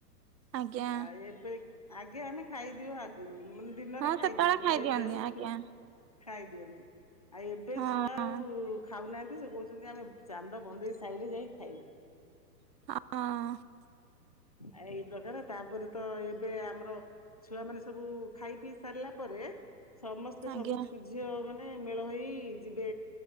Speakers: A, on the right; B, on the left.
A: ଆଜ୍ଞା।
B: ଆ ଏବେ ଆଗେ ଆମେ ଖାଇଦିଅ ଆଗରୁ ମାନେ ଦିନରେ
A: ହଁ
B: ଖାଇଦିଅଉ,
A: ସେତେବେଳେ
B: କିନ୍ତୁ
A: ଖାଇଦିଅନ୍ତି
B: ଏବେ ଆଉ
A: ଆଜ୍ଞା
B: ଛୁଆ ଖାଇଦିଅନ୍ତି। ଆ ଏବେ
A: ହଁ।
B: ଛୁଆ ଆଉ ଖାଉନାହାନ୍ତି, ସେ କହୁଚନ୍ତି ଆମେ ଚାନ୍ଦ ବନ୍ଦେଇ ସାଇଲେ ଯାଇଁ ଖାଇବୁ।
A: ହଁ।
B: ଆ ଏଇ ପ୍ରକାର ତାପରେ ତ ଏବେ ଆମର ଛୁଆ ମାନେ ସବୁ ଖାଇ ପିଇ ସାରିଲା ପରେ ସମସ୍ତେ
A: ଆଜ୍ଞା
B: ସବୁ ଛୂ ଝିଅ ମାନେ ମେଳ ହେଇ ଯିବେ